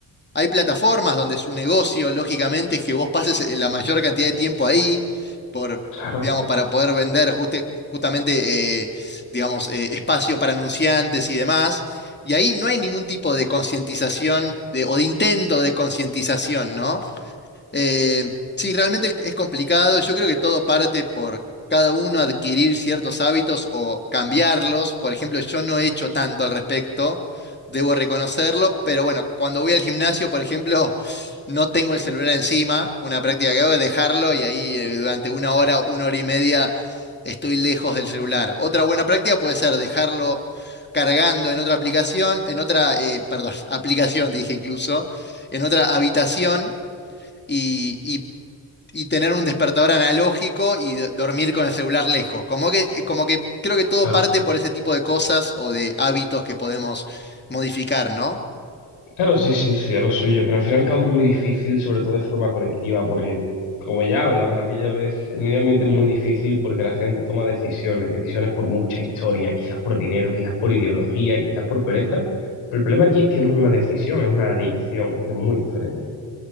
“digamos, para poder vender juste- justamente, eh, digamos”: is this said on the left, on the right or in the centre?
Left